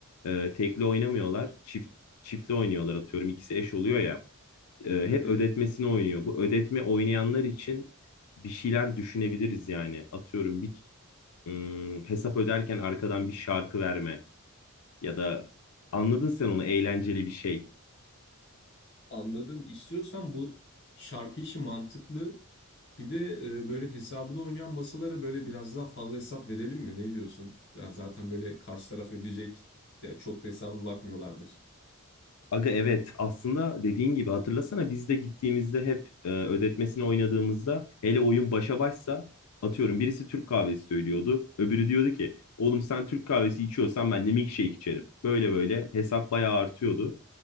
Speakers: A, on the left; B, on the left.
A: e, tekli oynamıyorlar, çift çiftli oynuyorlar atıyorum. İkisi eş oluyor ya. E,
B: Hı
A: hep
B: hı.
A: ödetmesini oynuyor. Bu ödetme oynayanlar için bir şeyler düşünebiliriz yani. Atıyorum bir Hmm, hesap öderken arkadan bir şarkı verme ya da anladın sen onu eğlenceli bir şey.
B: Anladım. İstiyorsan bu şarkı işi mantıklı. Bir de e, böyle hesabını oynayan masalara böyle biraz daha fazla hesap verelim mi? Ne diyorsun? Ya zaten böyle karşı taraf ödeyecek. Ya çok da hesaba bakmıyorlardır.
A: Aga evet aslında dediğin gibi hatırlasana biz de gittiğimizde hep e, ödetmesini oynadığımızda hele oyun başa başsa atıyorum birisi Türk kahvesi söylüyordu. Öbürü diyordu ki oğlum sen Türk kahvesi içiyorsan ben de milkshake içerim. Böyle böyle hesap bayağı artıyordu.